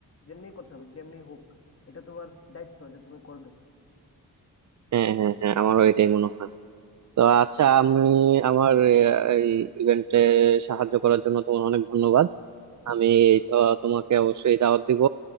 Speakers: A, on the left; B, on the right.
A: যেমনি করতে হবে যেমনি হোক এটা তোমার দায়িত্ব যে তুমি করবে
B: হ্যাঁ হ্যাঁ হ্যাঁ আমারও এটাই মনে হয় তো আচ্ছা আমি আমার আহ, এই ইভেন্টে সাহায্য করার জন্য তোমার অনেক ধন্যবাদ আমি আহ, তোমাকে অবশ্যই দাওয়াত দিব